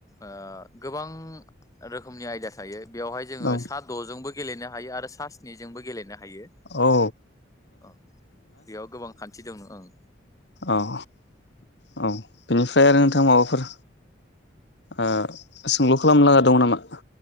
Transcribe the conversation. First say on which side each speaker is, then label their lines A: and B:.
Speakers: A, on the left; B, on the left.
A: ओ गोबां रोखोमनि आयदा थायो बेयावहाय जोङो
B: औ
A: सा द'जोंबो गेलेनो हायो आरो <unintelligible> सा स्निजोंबो गेलेनो हायो
B: औ
A: औ बेयाव गोबां खान्थि दं ओं।
B: औ औ बेनिफ्राय आरो नोंथां माबाफोर ओ सोंलु खालामनो लागा दं नामा?